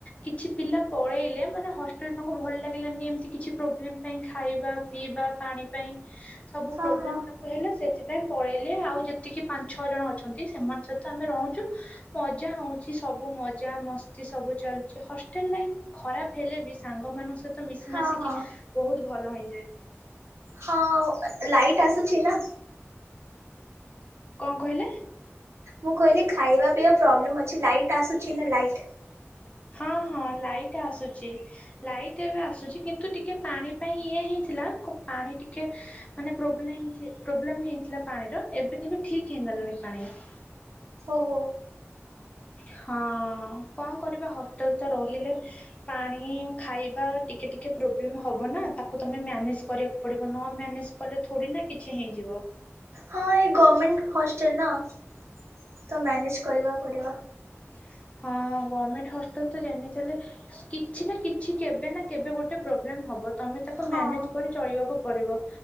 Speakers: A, on the left; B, on the right.
A: କିଛି ପିଲା ପଳେଇଲେ, ମାନେ ହଷ୍ଟେଲ ତାଙ୍କୁ ଭଲ ଲାଗିଲାନି ଏମିତି କିଛି ପ୍ରୋବ୍ଲେମ ପାଇଁ ଖାଇବା, ପିଇବା, ପାଣି ପାଇଁ, ସବୁ
B: ହଁ
A: ପ୍ରୋବ୍ଲେମ
B: ହଁ।
A: ତାଙ୍କୁ ହେଲେ ସେ ସେଥିପାଇଁ ପଳେଇଲେ ଆଉ ଯେତିକି ପାଞ୍ଚ ଛଅ ଜଣ ଅଛନ୍ତି। ସେମାନଙ୍କ ସହିତ ଆମେ ରହୁଛୁ, ମଜା ହଉଛି ସବୁ ମଜା ମସ୍ତି ସବୁ ଚାଲିଚ ହ ଲ, ଖରାପ ହେଲେ ବି ସାଙ୍ଗ ମାନଙ୍କ ସହିତ ମିଶି
B: ହଁ
A: ମାସିକି
B: ହଁ।
A: ବହୁତ ଭଲ ହେଇଯାଏ।
B: ହଁ ଲାଇଟ୍ ଆସୁଛି ନା।
A: କଣ କହିଲେ?
B: ମୁଁ କହିଲି ଖାଇବା ପିଇବା ପ୍ରୋବ୍ଲେମ୍ ଅଛି, ଲାଇଟ ଆସୁଛି ନା ଲାଇଟ?
A: ହଁ ହଁ ଲାଇଟ ଆସୁଛି, ଲାଇଟ୍ ଏବେ ଆସୁଛି କିନ୍ତୁ ଟିକେ ପାଣି ପାଇଁ ଇଏ ହିଁ ଥିଲା, ପାଣି ଟିକେ ମାନେ ପ୍ରବ୍ଲେ ପ୍ରୋବ୍ଲେମ ହେଇଥିଲା ପାଣିର ଏବେ କିନ୍ତୁ ଠିକ ହେ କଲ ନୁନି ପା ନା <unintelligible>
B: ଓହୋ।
A: ହ <unintelligible> ହଁ କଣ କରିବା ହୋଟେଲ ତ ରହିଲେ, ପାଣି ଖାଇବା ଟିକେ ଟିକେ ବ, ତାକୁ ତମେ ମାନେଜ କରିବାକୁ ପଡ଼ିବ, ନ ମ୍ୟାନେଜ କଲେ ଥୋଡ଼ି ନା କିଛି ହେଇଯିବ।
B: ହଁ ଏଇ ଗଭର୍ମେଣ୍ଟ ହଷ୍ଟେଲ ନା, ତ ମ୍ୟାନେଜ କରିବାକୁ ପଡ଼ିବ।
A: ହ <unintelligible> ହଁ ଗଭର୍ଣମେଣ୍ଟ ହଷ୍ଟେଲ୍ ତ ଯେମିତି ହେଲେ, କିଛି ନା କିଛି, କେବେ ନା କେବେ, ଗୋଟେ ପ୍ରୋବ୍ଲେମ୍ ହେବ ତମେ ତାକୁ
B: ହଁ।
A: ମ୍ୟାନେଜ କରି ଚଳିବାକୁ